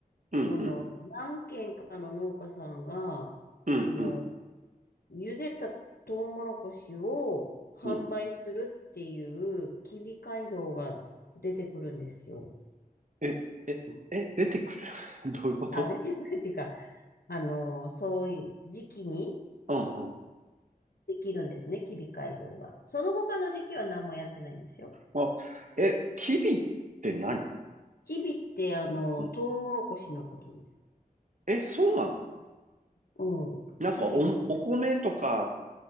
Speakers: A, on the right; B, on the left.
A: うんうん
B: その、何軒かの農家さんが、
A: うんうん
B: その、茹でたトウモロコシを販売するっていう、
A: うん
B: 吉備街道が出てくるんですよ。
A: え、え、え、出てくる <laughs> どういうこと
B: あ、出てくる <laughs> っていうか、あの、そういう時期に
A: うんうん。
B: できるんですね、キビ街道が。その他の時期は何もやってないんですよ。
A: あ、え、キビって何
B: キビって、あの、
A: うん。
B: トウモロコシのことです。
A: え、そうなの
B: うん。
A: なんかお、
B: キビって。
A: お米とかっ